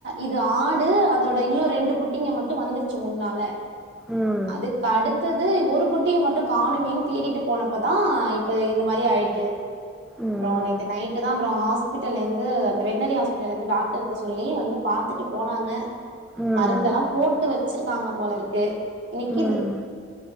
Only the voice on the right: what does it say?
இது ஆடு அதோட இன்னு ரெண்டு குட்டிங்க மட்டு வந்துருச்சு முன்னால
அதுக் அடுத்தது ஒரு குட் குட்டிய மட்டு காணுமேன்னு தேடிட்டு போனப்பதா இப்ப இந்த மாரி ஆயிட்டு
அப்பறோ நேத்து நைட்டுதா அப்றோ ஹாஸ்பிட்டல்லேந்து அந்த வெட்டினரி ஹாஸ் இருந்து டாக்டரு சொல்லி வந்து பாத்துட்டு போனாங்க
மருந்தெல்லா போட்டு வ வச்சிருக்காங்க போல இருக்கு இன்னைக்கு
இது